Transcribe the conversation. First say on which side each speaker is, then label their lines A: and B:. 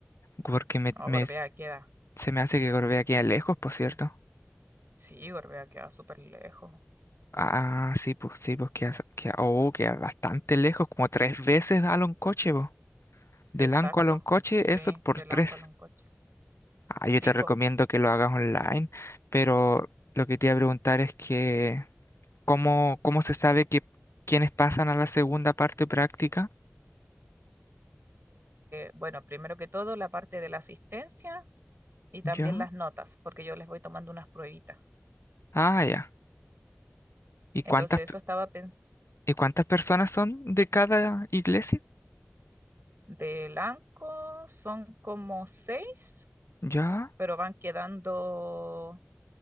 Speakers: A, on the left; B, on the right.
A: Porque me,
B: No,
A: me-
B: Gorbea queda.
A: se me hace que Gorbea queda lejos, por cierto.
B: Sí, Gorbea queda súper lejos.
A: Ah, sí, pues sí, pues queda, queda- oh, queda bastante lejos, como tres veces a Loncoche, pues. De
B: Exacto.
A: Lanco a Loncoche,
B: Sí,
A: eso por
B: de
A: tres.
B: Lanco a Loncocho.
A: Ah, yo
B: Sí,
A: te
B: pues.
A: recomiendo que lo hagas online, pero lo que te iba a preguntar es que, ¿cómo, cómo se sabe que quiénes pasan a la segunda parte práctica?
B: bueno, primero que todo, la parte de la asistencia y también
A: Ya.
B: las notas, porque yo les voy tomando unas pruebitas.
A: Ah, ya. ¿Y cuántas,
B: Entonces,
A: pe-
B: eso estaba pensando.
A: y cuántas personas son de cada iglesia?
B: De Lanco son como seis,
A: Ya.
B: pero van quedando.